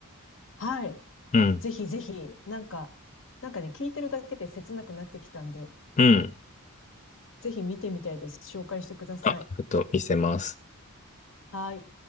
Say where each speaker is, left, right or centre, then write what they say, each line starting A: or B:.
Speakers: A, on the left; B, on the left.
A: はい。
B: うん。
A: ぜひぜひ、なんか、なんかね、聞いてるだけで切なくなってきたんで、
B: うん。
A: ぜひ見てみたいです。紹介してください。
B: あ、ちょっと見せます。
A: はい。